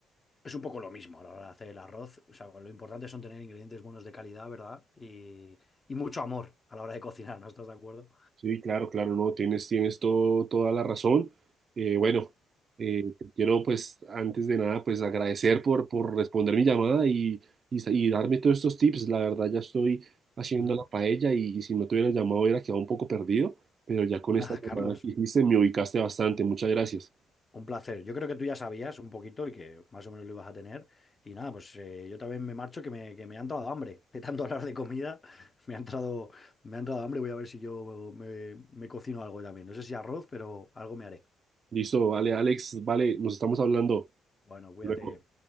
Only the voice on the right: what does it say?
sí, claro, claro, no, tienes, tienes todo, toda la razón. Eh, bueno, eh, te quiero pues antes de nada pues agradecer por, por responder mi llamada y, y, sa- y darme todos estos tips. La verdad ya estoy haciendo
la paella y, y si no te hubieras llamado hubiera quedado un poco perdido, pero ya con
esta llamada
que hiciste me ubicaste bastante. Muchas gracias.
Listo, vale, Alex, vale, nos estamos hablando.
Luego.